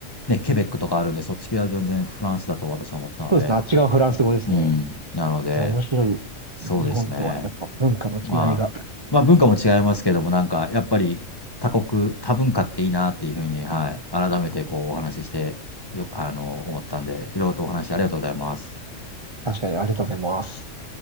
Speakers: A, on the left; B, on the right.
A: ね、ケベックとかあるんで、そっち系は全然フランスだと私は思ってたので。
B: そうですね。あっちがフランス語ですね。
A: うん。なので、
B: いや、面白いですね。
A: そうですね。
B: 日本とはやっぱ文化の違いが。
A: まあ、まあ文化も違いますけども、なんかやっぱり他国、多文化っていいなっていうふうに、はい、改めてこうお話しして、よく、あの、思ったんで、いろいろとお話ありがとうございます。
B: 確かにありがとうございます。